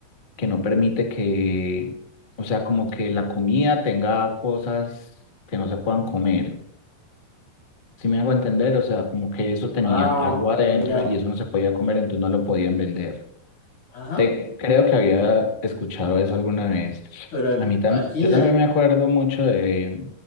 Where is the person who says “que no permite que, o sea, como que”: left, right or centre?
Left